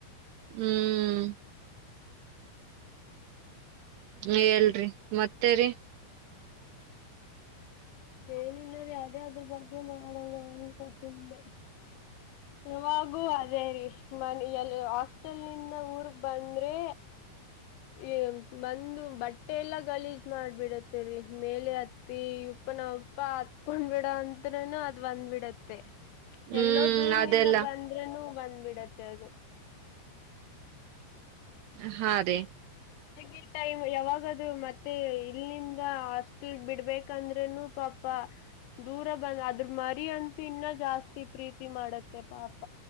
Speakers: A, on the right; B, on the left.
A: ಹ್ಮ್ ಹೇಳ್ರಿ ಮತ್ತೇರಿ
B: ಏನಿಲ್ಲ ರೀ ಯಾವ್ದೇ ಅದ್ರ ಬಗ್ಗೆ ಮಾಡಣ ಅಂತ ಸುಮ್ನೆ ಇವಾಗೂ ಅದೇ ರೀ ಮನ ಎಲ್ಲಿ ಹಾಸ್ಟೆಲ್ ನಿಂದ ಊರ್ಗ್ ಬಂದ್ರೆ ಏ ಬಂದು ಬಟ್ಟ ಎಲ್ಲಾ ಗಲೀಜ್ ಮಾಡ್ಬಿಡತ್ತೇರಿ ಮೇಲೆ ಹತ್ತಿ ಇವಪ್ಪ ನಾವಪ್ಪ ಹತ್ಕೊಂಡ್ ಬಿಡ ಅಂದ್ರನು ಅದ್ ಬಂದ್ಬಿಡತ್ತೆ
A: ಹ್ಮ್
B: ಎಲ್ಲೋ ದೂರ್ನಿಂದ
A: ಅದೆಲ್ಲ
B: ಬಂದ್ರೆನು ಬಂದ ಬಿಡತ್ತೆ ಅದು
A: ಹಾ ರೇ
B: ಈ ಟೈಮ್ ಯಾವಾಗದು ಮತ್ತೆ ಇಲ್ಲಿಂದ ಹಾಸ್ಟೆಲ್ ಬಿಡ್ಬೇಕಂದ್ರನು ಪಾಪ ದೂರ ಬಂದ ಅದ್ರ ಮರಿ ಅಂತೂ ಇನ್ನ ಜಾಸ್ತಿ ಪ್ರೀತಿ ಮಾಡತ್ತೆ ಪಾಪ